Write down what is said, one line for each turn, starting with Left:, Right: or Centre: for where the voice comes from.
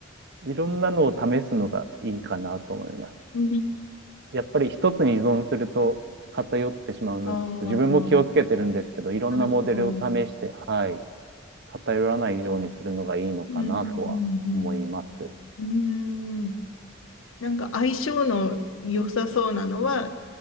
Right: いろんなのを試すのがいいかなと思います。
Left: うん
Right: やっぱり一つに依存すると偏ってしまうので、
Left: ああ、
Right: ちょっと自分も気をつけてるんですけど、いろんなモデルを試して、
Left: なるほど。うん
Right: はい、偏らないようにするのがいいのかなとは思います。
Left: うんうんうん。うーん。なんか相性の良さそうなのは、